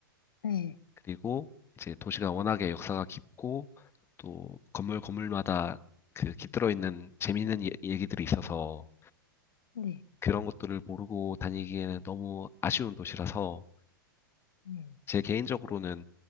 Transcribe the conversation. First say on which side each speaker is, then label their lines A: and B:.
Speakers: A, on the left (about 75°); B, on the left (about 20°).
A: 네.
B: 그리고 이제 도시가 워낙에 역사가 깊고 또 건물 건물마다 그 깃들어 있는 재미있는 예- 얘기들이 있어서
A: 네,
B: 그런 것들을 모르고 다니기에는 너무 아쉬운 도시라서
A: 네,
B: 제 개인적으로는